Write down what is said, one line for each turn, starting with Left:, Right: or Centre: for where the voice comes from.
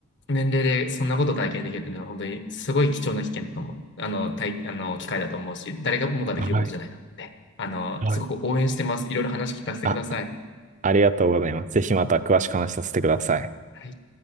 Left: 年齢でそんなこと体験できるというのは、本当にすごい貴重な危険だと思う。あの、体、あの、機会だと思うし、誰がもができることじゃないと思って。
Right: はい、はい。
Left: あの、
Right: はい
Left: すごく応援してます。いろいろ話聞かせてください。
Right: あ、ありがとうございます。ぜひまた詳しく話させてください。
Left: はい